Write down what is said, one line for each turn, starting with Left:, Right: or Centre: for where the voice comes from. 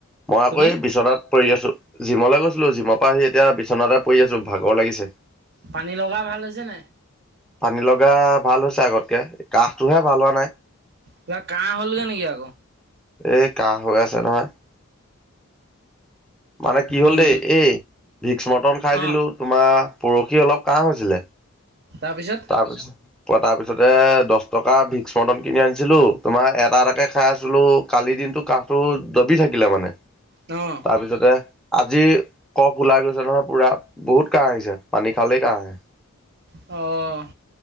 Centre: মই আকৌ
Right: তুমি
Centre: এই বিচনাত পৰি আছো জিমলৈ গৈছিলো জিমৰ পৰা আহি এতিয়া বিচনাতে পৰি আছো ভাগৰ লাগিছে।
Right: পানী লগা ভাল হৈছে নে নাই।
Centre: পানী লগা ভাল হৈছে আগতকে কাহটোহে ভাল হোৱা নাই।
Right: কিবা কাহ হ'লগে নেকি আকৌ।
Centre: এ, কাহ হৈ আছে নহয়। মানে কি হ'ল
Right: উম
Centre: দেই এই ভিক্স মটন খাই দিলো
Right: অ
Centre: তোমাৰ পৰহি অলপ কাহ হৈছিলে।
Right: তাৰপিছত
Centre: তাৰপিছত কোৱা তাৰ পিছতে দহ টকাৰ ভিক্স মটন কিনি আনিছিলো তোমাৰ এটা, এটাকে খাই আছিলো। কালি দিনটো কাহটো দবি থাকিলে মানে।
Right: অ'।
Centre: তাৰপিছতে আজি কফ ওলাই গৈছে নহয় পুৰা বহুত কাহ আহিছে পানী খালেই কাহ আহে।
Right: অ'।